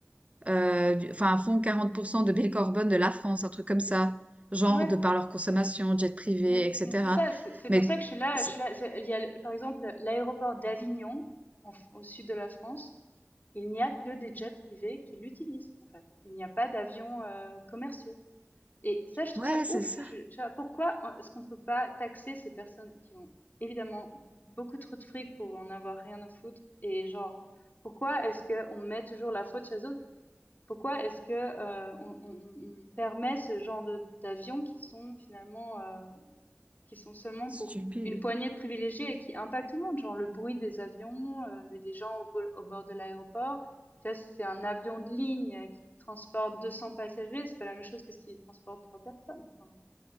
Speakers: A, on the right; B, on the left.
A: euh, du- enfin, font 40% de bilan carbone de la France, un truc comme ça, genre
B: Ouais.
A: de par leur consommation, jet privé,
B: Mais
A: etc.
B: mais c'est ça, c'est c'est
A: Mais
B: pour ça que je suis là
A: c'est-
B: je suis là, c'est il y a le par exemple l'aéroport d'Avignon, en f au sud de la France, il n'y a que des jets privés qui l'utilisent, en fait. Il n'y a pas d'avions, heu, commerciaux et ça, je trouve
A: ouais,
B: ça
A: c'est
B: ouf!
A: ça,
B: Je suis pourquoi on est-ce qu'on peut pas taxer ces personnes qui ont évidemment beaucoup trop de fric pour en avoir rien à foutre et genre, pourquoi est-ce que on met toujours la faute chez les autres? Pourquoi est-ce que, heu, on on on permet ce genre de d'avions qui sont finalement, heu qui sont seulement pour
A: stupide.
B: une poignée de privilégiés et qui impactent tout le monde, genre le bruit des avions, euh, le- des gens au, bo- au bord de l'aéroport. Tu vois, c'est un avion de ligne euh, qui transporte 200 passagers, c'est pas la même chose que s'il transporte trois personnes. Enfin,